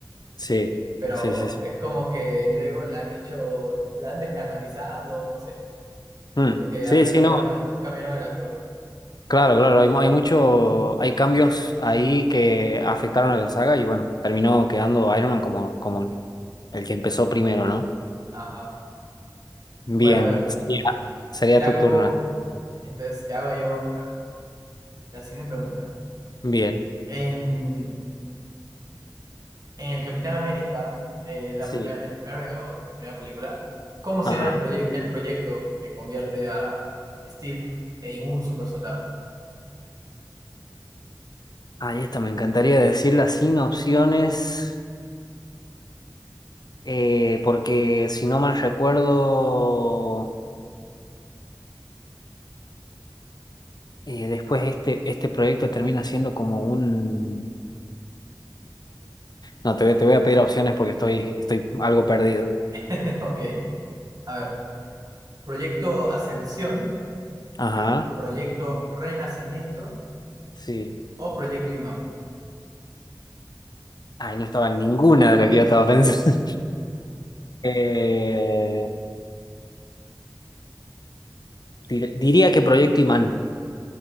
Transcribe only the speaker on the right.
pero
es como que luego la han hecho, la han descanonizado, no sé,
porque
hasta
cambiaron
el, cambiaron el actor.
Ajá.
Bueno, a ver,
te
hago,
entonces te hago yo la siguiente pregunta.
En, en el Capitán América, eh, la
primera, el primer Vengador, primera película, ¿cómo será
el, proye- el proyecto que convierte a Steve en un super soldado?
<laughs> Ok, a ver, proyecto Ascensión,
proyecto Renacimiento
o proyecto Imán.